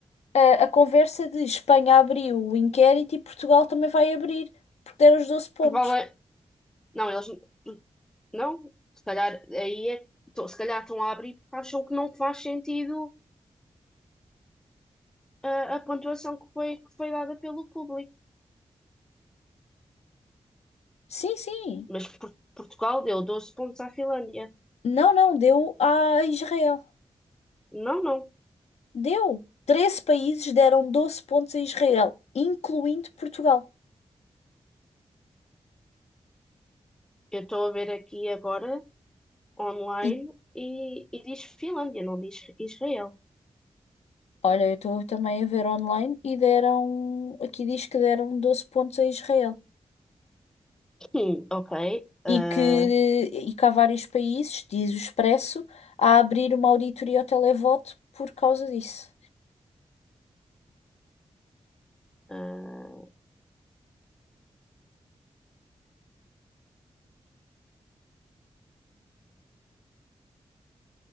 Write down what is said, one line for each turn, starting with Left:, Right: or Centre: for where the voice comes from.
Left: a, a conversa de Espanha abriu o inquérito e Portugal também vai abrir, porque deram os doze pontos.
Centre: Provavelmente, não, eles não, se calhar aí é, tô- se calhar estão a abrir porque acham que não faz sentido a, a pontuação que foi, que foi dada pelo público.
Left: Sim, sim.
Centre: Mas Por- Portugal deu 12 pontos à Finlândia.
Left: Não, não, deu a Israel.
Centre: Não, não.
Left: Deu. 13 países deram 12 pontos a Israel, incluindo Portugal.
Centre: Eu estou a ver aqui agora, online,
Left: E
Centre: e, e diz Finlândia, não diz Israel.
Left: olha, eu estou também a ver online e deram. Aqui diz que deram 12 pontos a Israel.
Centre: Hum, ok. ah,
Left: E que, e que há vários países, diz o Expresso, a abrir uma auditoria ao televoto por causa disso.
Centre: ah,